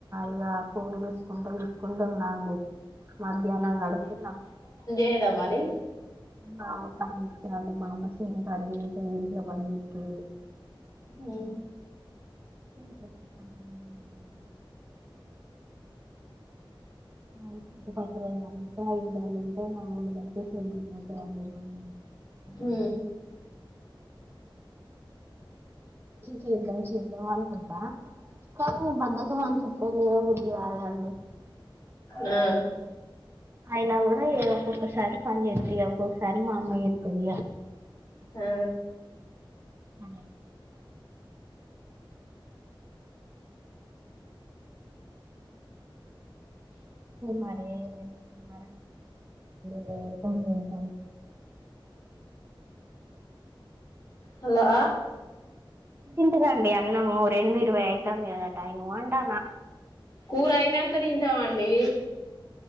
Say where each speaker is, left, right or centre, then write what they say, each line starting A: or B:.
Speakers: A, on the right (about 25°); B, on the left (about 45°).
A: ఇగ ఫోన్ చేసుకుంటూ వసుకుంటూ ఉన్నా అండి మధ్యాహ్నం కడుక్కున్న
B: ఏద మరి
A: మామా పని అ మామ సంకాడతే ఎరిక పడితే
B: ఓ
A: ఉ చుట్టూపక్క అందాలంట నాళ్ <unintelligible>
B: ఉ
A: చెదాం సేద్దాం అనుకున్నా కానీ బద్ధకం అనిపిత్తాంది <unintelligible>
B: ఆ
A: అయినా కూడా ఏ ఒక్కొక్కసారి పని చెతుయ ఒక్కొక్కసారి మా అమయ్య ఎత్తదిగా
B: ఆ
A: అవు మరే మర వె <unintelligible>
B: హలో
A: తింటారండి అన్నము రెండు ఇరవై అఐతాంది కదా టైము అంటానా
B: కూర అయినాంక తింటాం అండి